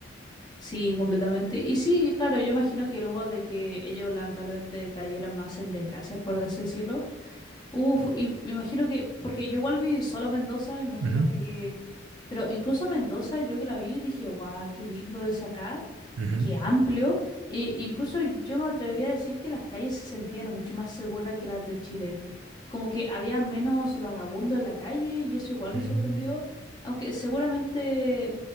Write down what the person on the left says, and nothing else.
sí, completamente. Y sí, claro, yo imagino que luego de que ellos lamentablemente cayeran más en desgracias, por así decirlo. Uf, y me imagino que, porque yo igual vi solo Mendoza, imagino
que Pero incluso Mendoza, yo que la vi, dije, guau, qué lindo es acá,
qué amplio. E incluso yo me atrevería a decir que las calles se sentían mucho más seguras que las de Chile. Como que había menos vagabundo en la calle y eso igual
me sorprendió. Aunque seguramente